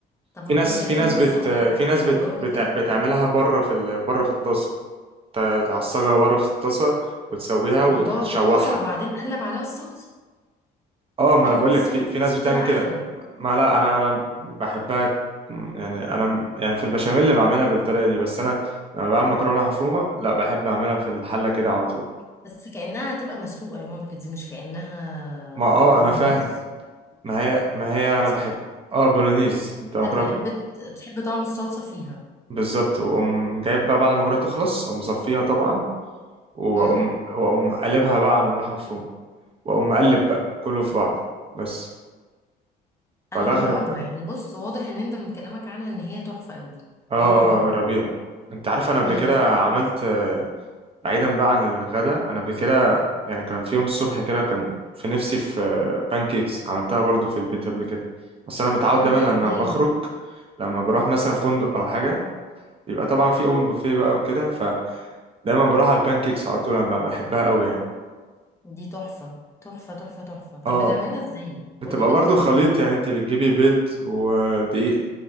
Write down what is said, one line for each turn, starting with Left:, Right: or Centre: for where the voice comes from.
Left: طب ما
Right: في ناس
Left: هو انت
Right: في
Left: لازم
Right: ناس
Left: بص
Right: بت
Left: اقول
Right: في
Left: لك على حاجه
Right: ناس بت...
Left: جاوب
Right: بت...
Left: كده
Right: بتعملها
Left: في الاول
Right: بره في ال... بره في الطاسه ت- تعصجها بره في الطاسه وتسويها وتشوحها
Left: هي بابا في الطاسه وبعدين قلب عليها الصلصه
Right: اه ما
Left: ايوه
Right: انا بقول
Left: بالظبط
Right: لك في في ناس بتعمل
Left: تبقى
Right: كده
Left: احلى
Right: ما لا انا انا بحبها يعني انا يعني في البشاميل اللي بعملها بالطريقه دي بس انا لما بعمل مكرونه مفرومه لا بحب اعملها في الحله كده على طول
Left: بس كانها هتبقى مسلوقه يا مامي دي مش كانها
Right: ما اه
Left: بولونيز
Right: انا فاهم ما هي ما هي انا
Left: صح
Right: بحب اه بولونيز انت مكرونه
Left: انت بتحب
Right: بول-
Left: بتحب طعم الصلصه فيها
Right: بالظبط واقوم جايب بقى بعد ما المكرونه تخلص اقوم مصفيها طبعا واقوم
Left: امم
Right: واقوم قلبها بقى على الملح المفروم واقوم مقلب بقى كله في بعضه بس فبغرب
Left: انا هجربها يعني بص واضح ان انت من كلامك عنها ان هي تحفه قوي
Right: اه
Left: فانا هجرب
Right: اه جربيها انت عارف انا قبل
Left: امم
Right: كده عملت بعيدا بقى عن الغداء انا قبل كده يعني كان في يوم الصبح كده كان في نفسي في بانكيكس عملتها برضو في البيت قبل كده بس انا متعود
Left: تعملها
Right: دايما لما
Left: ازاي
Right: بخرج لما بروح مثلا فندق او حاجه بيبقى طبعا في اوبن بوفيه بقى وكده فدايما بروح على البانكيكس على طول انا بقى بحبها قوي يعني
Left: دي تحفة تحفة تحفة تحفة طب
Right: اه
Left: بتعملها ازاي
Right: بتبقى
Left: قولي كده
Right: برضو
Left: طريقة
Right: خليط
Left: ليها
Right: يعني انت بتجيبي بيض ودقيق